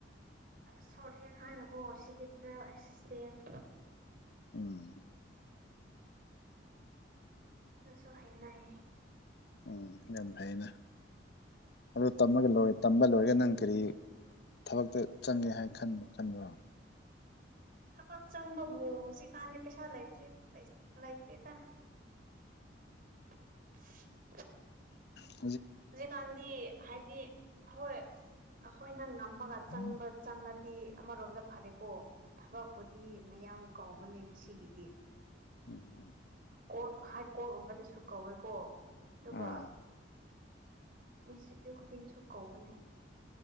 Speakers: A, on the right; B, on the left.
A: ꯁꯣꯔꯠ ꯍꯦꯟ ꯍꯥꯏꯅꯀꯣ ꯁꯤꯀꯦꯇ꯭ꯔꯦꯜ ꯑꯦꯛꯁꯤꯁꯇꯦꯟ
B: ꯎꯝ
A: ꯅꯁꯨ ꯍꯥꯏꯅꯑ
B: ꯎꯝ ꯌꯥꯝ ꯐꯩꯅ ꯑꯗꯨ ꯇꯝꯃꯒ ꯂꯣꯏꯔ ꯇꯝꯕ ꯂꯣꯏꯔꯒ ꯅꯪ ꯀꯔꯤ ꯊꯕꯛꯇ ꯆꯪꯒꯦ ꯍꯥꯏ ꯈ ꯈꯟꯕ꯭ꯔꯣ
A: <inaudible> ꯊꯕꯛ ꯆꯪꯕꯕꯨ ꯁꯤꯖꯤ ꯀꯥꯟꯗ ꯄꯩꯁꯥ ꯂꯩꯇ꯭ꯔꯤ ꯂꯩꯇꯦꯗ <inaudible>
B: ꯎꯝ
A: ꯍꯧꯖꯤꯛꯀꯥꯟꯗꯤ ꯍꯥꯏꯗꯤ ꯍꯣꯏ ꯑꯩꯈꯣꯏ ꯈꯤꯪ ꯉꯝꯃꯒ ꯆꯪꯕ
B: ꯎꯝ
A: ꯆꯪꯉꯗꯤ ꯑꯃꯔꯣꯝꯗ ꯐꯔꯦꯀꯣ ꯊꯕꯛꯄꯨꯗꯤ ꯃꯌꯥꯝ ꯀꯥꯎꯕꯅꯦ ꯁꯤꯒꯤꯗꯤ
B: ꯎꯝ
A: ꯀꯣꯔꯠ ꯍꯥꯏ ꯀꯣꯔꯠꯒꯨꯝꯕꯗꯁꯨ ꯀꯧꯋꯦꯀꯣ ꯑꯗꯨꯒ
B: ꯑꯣ
A: ꯏꯟꯁꯇꯤꯇ꯭ꯌꯨꯠ ꯈꯨꯗꯤꯡꯁꯨ ꯀꯧꯕꯅꯦ